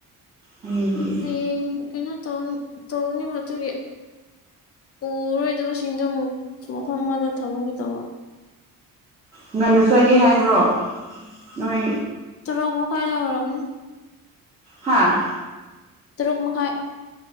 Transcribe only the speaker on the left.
ꯍꯌꯦꯡ ꯀꯩꯅꯣ ꯇꯧ ꯇꯧꯅꯤ ꯑꯗꯨꯒꯤ ꯄꯨꯔꯣꯏꯗꯕꯁꯤꯡꯗꯣ ꯑꯃꯨꯛ ꯃꯐꯝ ꯑꯃꯗ ꯊꯝꯃꯝꯒꯦ ꯇꯧꯕ
ꯇꯔꯨꯛ ꯃꯈꯥꯏꯗ ꯑꯣꯏꯔꯝꯅꯤ
ꯇꯔꯨꯛ ꯃꯈꯥꯏ